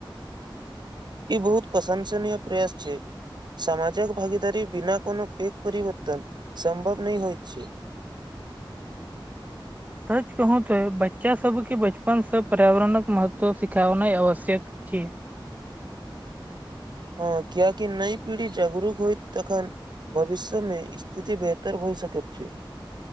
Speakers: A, on the right (about 55°); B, on the right (about 20°).
A: ई बहुत प्रशंसनीय प्रेस छै समामाजक भागीदारी बिना कोनो पेेघ परवर्तन सम्भव नहि होइ छै
B: सच कहू तो बच्चा सब के बचपन से पर्यावरणक महत्व सिखेना आवश्यक की
A: हँ कियाकि नई पीढ़ी जागरूक होइ तखन भविष्यमे स्थिति बेहतर भऽ सकैत छै